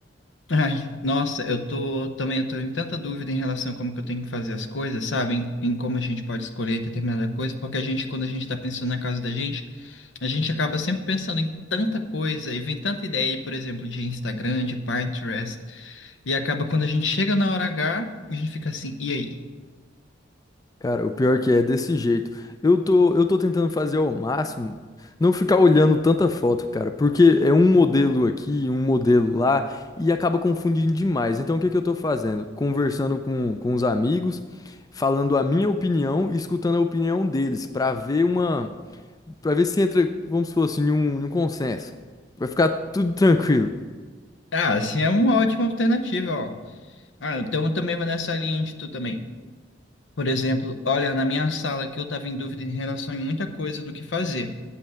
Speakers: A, on the left; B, on the left.
A: ai, nossa, eu tô também, eu tô em tanta dúvida em relação a como que eu tenho que fazer as coisas, sabe? Em, em como a gente pode escolher determinada coisa, porque a gente, quando a gente tá pensando na casa da gente, a gente acaba sempre pensando em tanta coisa, e vem tanta ideia, por exemplo, de Instagram, de Pinterest. E acaba quando a gente chega na hora H, a gente fica assim, e aí?
B: Cara, o pior que é é desse jeito. Eu tô, eu tô tentando fazer ao máximo não ficar olhando tanta foto, cara, porque é um modelo aqui, um modelo lá e acaba confundindo demais. Então, o que que eu tô fazendo? Conversando com, com os amigos, falando a minha opinião e escutando a opinião deles pra ver uma, para ver se entra, vamos supor assim, em um, em um consenso. Vai ficar tudo tranquilo.
A: Ah, assim é uma ótima alternativa, ó. Ah, então eu também vou nessa linha de tu também. Por exemplo, olha, na minha sala que eu tava em dúvida em relação a muita coisa do que fazer.